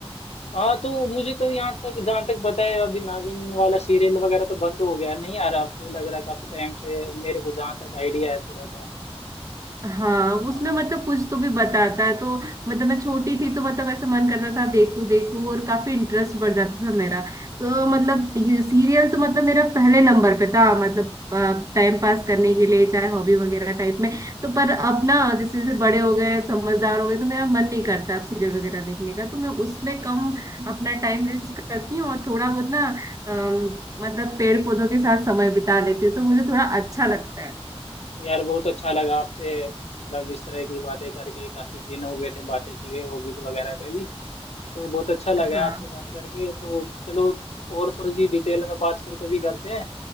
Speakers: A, on the left (about 80°); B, on the right (about 30°).
A: हाँ तो मुझे तो यहाँ तक जहाँ तक पता है अभी नागिन वाला सीरियल वगैरह तो बंद हो गया है, नहीं आ रहा आपको लग रहा है काफी टाइम से मेरे को जहाँ तक आइडिया है थोड़ा सा
B: हाँ उसमें
A: हाँ,
B: मतलब कुछ तो भी बताता है तो मतलब मैं छोटी थी तो मतलब ऐसे मन करता था देखूं देखूं और काफी इंटरेस्ट बढ़ जाता था मेरा तो मतलब सीरियल तो मतलब मेरा पहले नंबर पे था मतलब टाइम पास करने के लिए चाहे हॉबी वगैरह टाइप में तो पर अब ना जैसे जैसे बड़े हो गए समझदार हो गए तो मेरा मन नहीं करता अब सीरियल वगैरह देखने का तो मैं उसमें कम अपना टाइम वेस्ट करती हूँ और थोड़ा बहुत ना अम, मतलब पेड़ पौधों के साथ समय बिता लेती हूँ तो मुझे थोड़ा अच्छा लगता है
A: यार बहुत अच्छा लगा आपसे मतलब इस तरह की बातें करके काफी दिन हो गए थे बातें किए हॉबीज वगैरह पे भी तो बहुत अच्छा लगा
B: हाँ
A: आपसे बात करके तो चलो और थोड़ी सी डिटेल में बात फिर कभी करते हैं